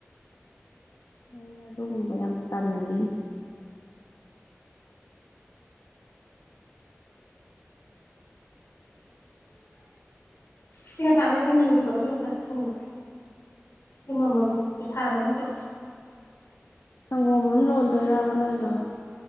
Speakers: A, on the left; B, on the left.
A: ꯍ ꯑꯗꯨꯒꯨꯝꯕ ꯌꯥꯝ ꯇꯜꯂꯤꯅꯤ
B: ꯁꯤꯒ ꯁꯕꯒꯁꯤ ꯅꯤꯡꯒ ꯄꯨꯊꯣꯔꯒꯝꯆꯥ ꯊꯨꯡꯒ ꯂꯃꯝ ꯃꯃꯤ ꯁꯨ ꯁꯥꯔꯝꯃꯅꯤꯁꯨ
A: ꯁꯪꯒꯣ ꯑꯃꯅ ꯂꯣꯟꯗ ꯔꯥꯕ ꯅ ꯑꯣꯏꯗ